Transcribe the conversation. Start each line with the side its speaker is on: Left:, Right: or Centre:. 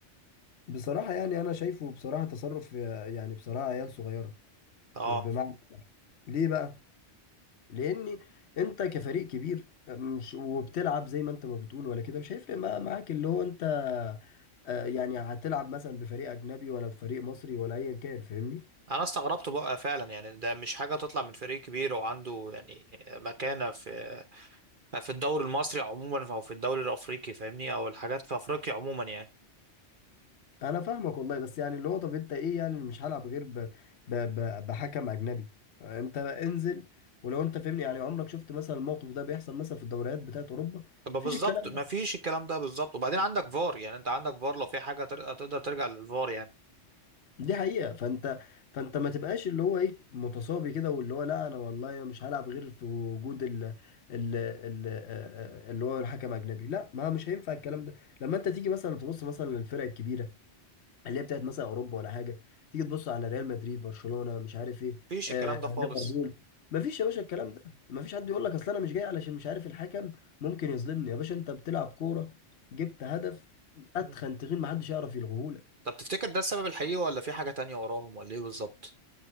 Left: بصراحة يعني أنا شايفه بصراحة تصرف يعني بصراحة عيال صغيرة
Right: اه
Left: بمعنى ليه بقى؟ لأن أنت كفريق كبير مش وبتلعب زي ما أنت ما بتقول ولا كده مش هيفرق بقى معاك اللي هو أنت آه، يعني هتلعب مثلا بفريق أجنبي ولا بفريق مصري ولا أيا كان فاهمني؟
Right: انا استغربت بقى فعلا يعني ده مش حاجه تطلع من فريق كبير وعنده يعني مكانه في في الدوري المصري عموما او في الدوري الافريقي فاهمني او الحاجات في افريقيا عموما يعني
Left: انا فاهمك والله بس يعني اللي هو طب انت ايه يعني مش هلعب غير ب... ب... ب... بحكم اجنبي انت انزل ولو انت فهمني يعني عمرك شفت مثلا الموقف ده بيحصل مثلا في الدوريات بتاعت اوروبا
Right: طب بالظبط
Left: مفيش الكلام
Right: ما
Left: ده
Right: فيش الكلام ده بالظبط وبعدين عندك فار يعني انت عندك فار لو في حاجه تر- تقدر ترجع للفار يعني
Left: دي حقيقة فانت فانت ما تبقاش اللي هو ايه متصابي كده واللي هو لا انا والله مش هلعب غير في وجود ال... ال... ال... اللي هو الحكم اجنبي لا ما مش هينفع الكلام ده لما انت تيجي مثلا تبص مثلا للفرق الكبيرة اللي هي بتاعت مثلا اوروبا ولا حاجه تيجي تبص على ريال مدريد برشلونه مش عارف ايه
Right: ما فيش
Left: آه
Right: الكلام ده خالص
Left: ليفربول مفيش يا باشا الكلام ده مفيش حد يقول لك اصل انا مش جاي علشان مش عارف الحكم ممكن يظلمني يا باشا انت بتلعب كوره جبت هدف اتخن
Right: مم.
Left: تخين محدش يعرف يلغوهولك
Right: طب تفتكر ده السبب الحقيقي ولا في حاجه تانية وراهم ولا ايه بالظبط